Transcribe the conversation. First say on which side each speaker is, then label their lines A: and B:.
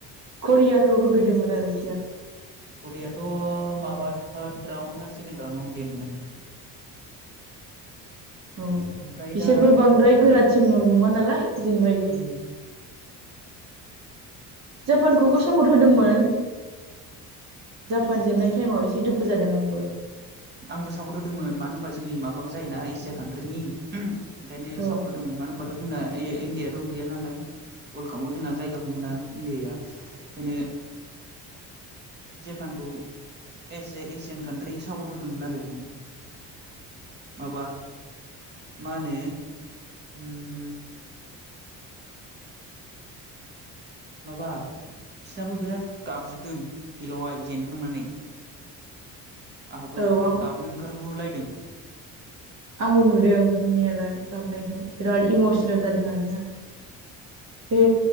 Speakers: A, on the right; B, on the right.
A: करियाखौ होग्रोदोंमोन आरो
B: करियाथ' माबा थार्द राउड ना सेकेण राउडनावनो जेनदों।
A: औ
B: ओमफ्राय
A: बिसोरबो
B: दा
A: बांद्राय गोरा टिम आव नङा नालाय जेनेबाय बि
B: उम
A: जापानखौबो सापट होदोंमोन। जापान जेननाय टाइमाव एसे दुखु जादों आंबो।
B: आंबो सापर्ट होदोंमोन मानो होनबा जोंनि माबाखौ जायोना एसिया कान्ट्रिनि ओंखायनो
A: औ
B: सापर्ट होदोंमोन मानो होनबाथ' जोंना इ इण्डियाथ' गैया नालाय। वर्ल्ड कापआव जोंना जायगाखौ मोना इण्डियाआ ओंखायनो जेपानखौ as a Asian country support होदोंमोन आरो आङो। माबा मा होनो उम माबा बिसनाबो बिराद गाबजोबदों फिल्डावहाय जेनखांनानै।
A: <inaudible>
B: आंहाबो
A: औ आं
B: गाबनो ओंखार गुलायदों।
A: आंबो नुदों नुनायालाय गाबनायखौ बिराद इमसनेल जादों आरोना। बे